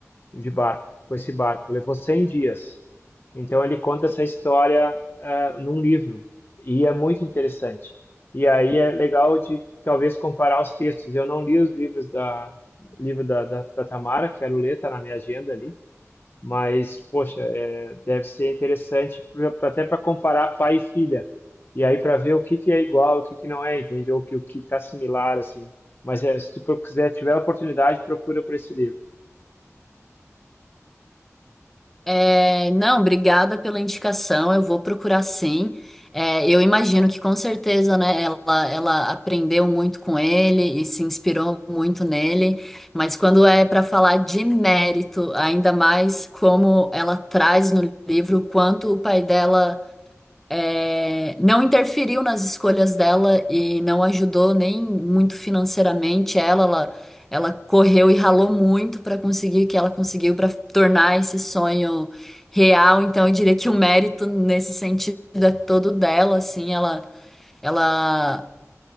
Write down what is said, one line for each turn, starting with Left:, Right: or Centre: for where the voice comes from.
Left: de barco, com esse barco. Levou 100 dias. Então ele conta essa história eh, num livro, e é muito interessante. E aí é legal de talvez comparar os textos. Eu não li os livros da livro da, da, da Tamara, quero ler, tá na minha agenda ali. Mas, poxa, é, deve ser interessante pra, pra- até para comparar pai e filha. E aí para ver o que que é igual, o que que não é, entende? Ou o que o que está similar, assim. Mas é, se tu pro- quiser, tiver a oportunidade, procura por esse livro.
Centre: É, não, obrigada pela indicação. Eu vou procurar sim. É, eu imagino que com certeza, né, ela, ela aprendeu muito com ele e se inspirou muito nele. Mas quando é para falar de mérito, ainda mais como ela traz no livro, quanto o pai dela é, não interferiu nas escolhas dela e não ajudou nem muito financeiramente ela, ela, ela correu e ralou muito para conseguir o que ela conseguiu para tornar esse sonho real. Então eu diria que o mérito nesse sentido é todo dela, assim, ela ela